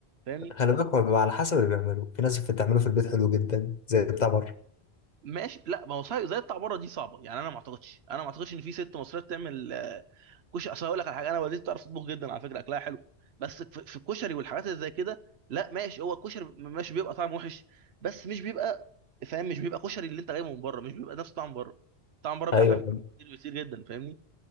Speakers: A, on the right; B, on the left.
A: فاهمني
B: خلي بالك هو بيبقى على حسب اللي بيعمله في ناس بتعمله في البيت حلو جدا زي بتاع بره
A: ماشي لا ما هو صحيح زي بتاع بره دي صعبه يعني انا ما اعتقدش انا ما اعتقدش ان في ست مصريه بتعمل آه، كشري اصل هقول لك على حاجه انا والدتي بتعرف تطبخ جدا على فكره اكلها حلو بس في في الكشري والحاجات اللي زي كده لا ماشي هو الكشري م- ماشي بيبقى طعم وحش بس مش بيبقى فاهم مش بيبقى كشري اللي انت جايبه من بره مش بيبقى نفس طعم بره طعم بره بيبقى
B: ايوه
A: احلى بكتير بكتير جدا فاهمني